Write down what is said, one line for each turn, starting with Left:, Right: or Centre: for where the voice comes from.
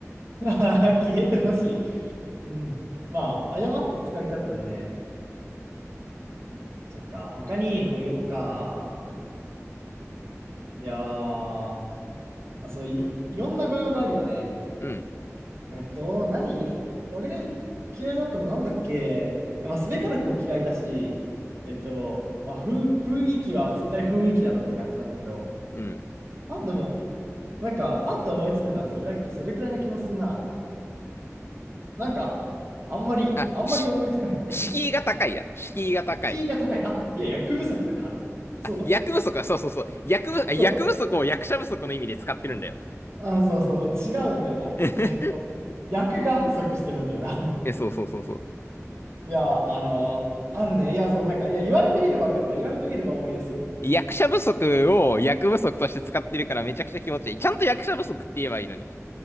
Right: <laughs> 消えてほしい。うん。まあ、誤った使い方だね。そっか。他に御用か。いやー、まあ、そういろ、いろんな御用があるよね。
Left: うん、
Right: えっと、何俺が嫌いだったのなんだっけまあ、すべからくも嫌いだし、えっと、まあ、ふん、雰囲気は絶対雰囲気だろって感じなんだけど、
Left: うん。
Right: まあでも、なんか、パッと思いつくのはそれだけ、それくらいな気もするな。なんか、あんまり、
Left: あ、
Right: あんまり思いつかないかも。
Left: し、敷居が高いだ。
Right: ん
Left: 敷居が高い。
Right: 敷居が高い。あ、いや、役不足とかある。そうだ。
Left: あ、役不足は、そうそうそう。役不、あ役不足を役者不足の意味で使ってるんだよ。
Right: そう。あ、そうそうそう、違うんだよな。
Left: <laughs>
Right: えっと、役が不足してるんだよな。
Left: え、そうそうそうそう。
Right: いや、あの、あるね。いや、そう、なんか、いや、言われてみればわかるわ。言われてみれば思い出す。
Left: 役者不足を役不足として使ってるからめちゃくちゃ気持ちいい。ちゃんと役者不足って言えばいいのに。